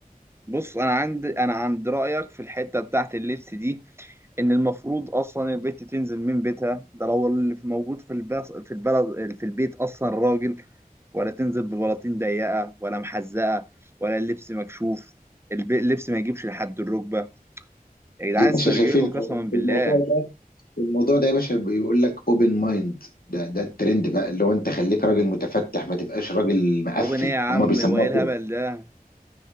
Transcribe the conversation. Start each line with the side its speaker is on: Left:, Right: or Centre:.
Right: بص انا عند انا عند رايك في الحته بتاعت اللبس دي ان المفروض اصلا البت تنزل من بيتها ده لو اللي في- موجود في البس... في البلد في البيت اصلا راجل ولا تنزل ببلاطين ضيقه ولا محزقه ولا اللبس مكشوف الب- اللبس ما يجيبش لحد الركبه يا جدعان
Left: يا باشا
Right: استرجلوا
Left: شايفين
Right: قسما بالله
Left: الموضوع ده الموضوع ده يا باشا بيقول لك اوبن مايند ده ده الترند بقى اللي هو انت خليك راجل متفتح ما تبقاش راجل مقفل
Right: اوبن ايه يا عم
Left: هم بيسموها
Right: وايه الهبل ده